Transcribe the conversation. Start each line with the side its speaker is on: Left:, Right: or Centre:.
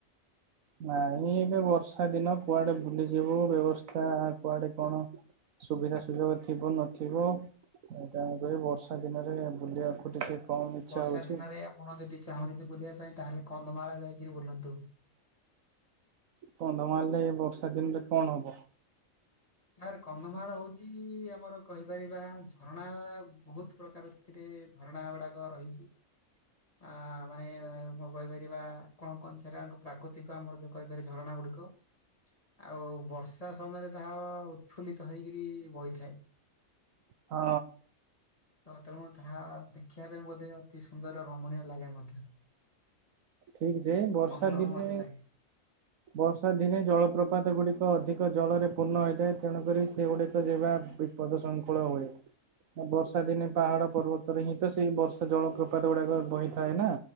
Right: ନାଇଁ ଏବେ ବର୍ଷା ଦିନ କୁଆଡେ ବୁଲିଯିବୁ ବ୍ୟବସ୍ଥା କୁଆଡେ କଣ? ସୁବିଧା ସୁଯୋଗ ଥିବ ନଥିବ ତେଣୁକରି ବର୍ଷା ଦିନରେ ବୁଲିବା ଓ
Left: ସାର୍
Right: ଟିକେ କମ୍ ଇଚ୍ଛା
Left: ବର୍ଷା
Right: ହଉଛି।
Left: ଦିନରେ ଆପଣ ଯଦି ଚାହୁଁଛନ୍ତି ବୁଲିବା ପାଇଁ ତାହେଲେ କନ୍ଧମାଳ ଯାଇକିରି ବୁଲନ୍ତୁ।
Right: କନ୍ଧମାଲ ରେ ଏ ବର୍ଷା ଦିନରେ କଣ ହବ।
Left: ସାର୍ କନ୍ଧମାଳ ହଉଛି ଆମର କହିପାରିବା ଝରଣା ବହୁତ ପ୍ରକାର ଏଥିରେ ଝରଣା ଗୁଡ଼ାକ ରହିଛି। ଆ ମାନେ କଣ କହିପାରିବା କଣ କହନ୍ତି ସେଟା ପ୍ରାକୃତିକ ଆମର ଯୋଉ କହିପାରିବା ଝରଣା ଗୁଡ଼ିକ ଆଉ ବର୍ଷା ସମୟରେ ତାହା ଉତ୍ଫୁଲିତ ହେଇକିରି ବହିଥାଏ।
Right: ହଁ।
Left: ତ ତେଣୁ ତାହା ଦେଖିବା ପାଇଁ ବୋଧେ ଅତି ସୁନ୍ଦର ରମଣୀୟ ଲାଗେ ମଧ୍ୟ।
Right: ଠିକ ଯେ ବର୍ଷା
Left: ମନଲୋଭା
Right: ଦିନେ
Left: ମତେ ଲାଗେ।
Right: ବର୍ଷା ଦିନେ ଜଳପ୍ରପାତ ଗୁଡିକ ଅଧିକ ଜଳରେ ପୂର୍ଣ୍ଣ ହୋଇଥାଏ ତେଣୁକରି ସେଗୁଡିକ ଯିବା ବି ପଦ ଶୃଙ୍ଖଳ ହୁଏ। ବର୍ଷା ଦିନେ ପାହାଡ଼ ପର୍ବତରେ ହିଁ ତ ସେଇ ବର୍ଷା ଜଳପ୍ରପାତ ଗୁଡ଼ାକ ବହିଥାଏ ନା।